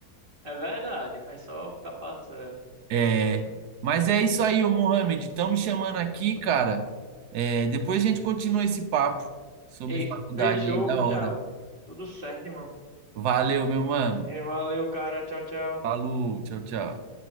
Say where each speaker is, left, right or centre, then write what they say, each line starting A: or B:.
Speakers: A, on the right; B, on the right.
A: É verdade, vai só ficar passando.
B: É. Mas é isso aí, ô Mohamed, estão me chamando aqui, cara. É, depois a gente continua esse papo sobre
A: Ei,
B: faculdade
A: fechou,
B: aí da
A: Gustavo.
B: hora.
A: Tudo certo, irmão.
B: Valeu, meu mano.
A: E valeu, cara. Tchau, tchau.
B: Falou, tchau, tchau.